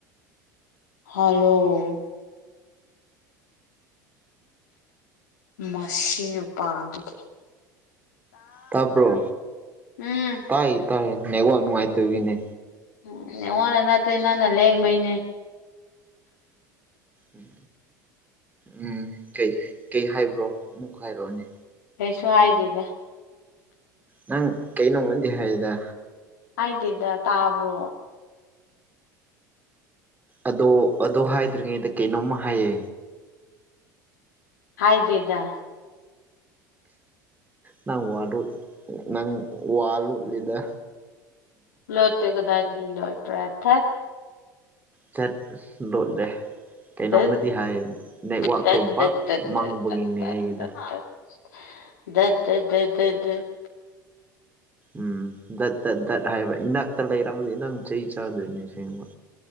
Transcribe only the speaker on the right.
ꯇꯥꯕ꯭ꯔꯣ
ꯇꯥꯏ ꯇꯥꯏ ꯅꯦꯠꯋꯥꯛ ꯅꯨꯡꯉꯥꯏꯇꯕꯒꯤꯅꯦ
ꯎꯝ ꯎꯝ ꯀꯩ ꯀꯩ ꯍꯥꯏꯕ꯭ꯔꯣ ꯑꯃꯨꯛ ꯍꯥꯏꯔꯛꯑꯣꯅꯦ
ꯅꯪ ꯀꯩꯅꯣꯃꯗꯤ ꯍꯥꯏꯗ
ꯑꯗꯣ ꯑꯗꯨ ꯍꯥꯏꯗ꯭ꯔꯤꯉꯩꯗ ꯀꯩꯅꯣꯝꯃ ꯍꯥꯏꯌꯦ
ꯅꯪ ꯋꯥꯗꯨ ꯅꯪ ꯋꯥꯂꯣꯠꯂꯤꯗ
ꯆꯠ ꯂꯣꯠꯂꯦ ꯀꯩꯅꯣꯝꯃꯗꯤ
ꯍꯥꯏꯌꯦ ꯅꯦꯠꯋꯥꯛꯇꯣ
ꯕꯥꯛ
ꯃꯪꯕꯒꯤꯅꯦ
ꯑꯩꯒꯤꯗꫭ
ꯎꯝ ꯗꯠ ꯇꯠ ꯗꯠ ꯍꯥꯏꯕ ꯏꯅꯥꯛꯇ ꯂꯩꯔꯝꯃꯗꯤ ꯅꯪ ꯆꯩ ꯆꯥꯗꯣꯏꯅꯦ ꯑꯁꯦꯡꯕ